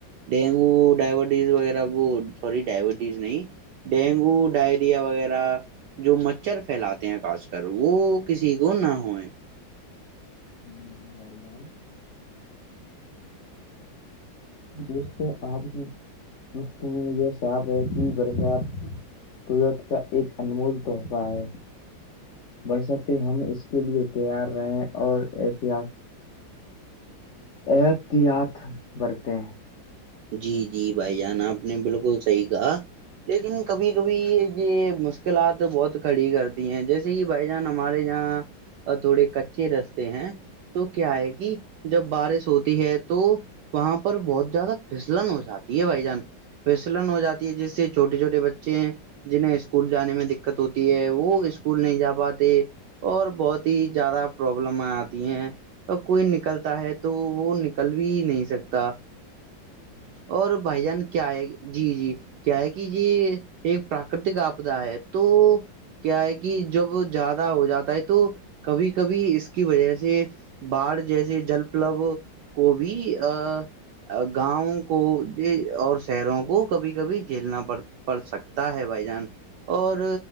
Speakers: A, on the right; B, on the left.
A: ڈینگو ڈائبٹیز وغیرہ وہ سوری ڈائبٹیز نہیں ڈینگو ڈائریا وغیرہ جو مچھر پھیلاتے ہیں خاص کر وہ کسی کو نہ ہوئے
B: کو وائی جائی جس آپ بھی مج یہ صاف ہےتی برسات قورت کا ایک انمول تحفہ ہے برسات ہم اس کے لیے تیار رہے اور احتیاط اححتیاط برھتے ہیں
A: جی جی بھائی جان آپ نے بالکل صحیح کہا لیکن کبھی کبھی یہ مشکلات بہت کھڑی کرتی ہیں جیسے بائی جان ہمارے یہاں تھوڑے کچے رستے ہیں تو کیا ہے کہ جب بارش ہوتی ہے تو وہاں پر بہت زیادہ پسلن ہو جاتی ہے بھائی جان پسلن ہو جاتی ہے جس سے چھٹے چھوٹے بچے ہیں جنہیں اسکول جانے میں دقت ہوتی ہے وہ اسکول نہیں جا پاتے اور بہت ہی زیادہ پرابلم آتی ہیں کوئی نکلتا ہے تو وہ نکل بھی نہیں سکتا اور بھائی جان کیا ہے جی جی کیا ہے کہ یہ ایک پراکرتک آپدا ہے تو کیا ہے کہ جب زیادہ ہو جاتا ہے تو کبھی کبھی اس کی وجہ سے باڑھ جیسے جل پلو کو بھی ا گاؤں کو اور شہروں کو کبھی کبھی جھیلنا پڑ پڑ سکتا ہے بھائی جان اور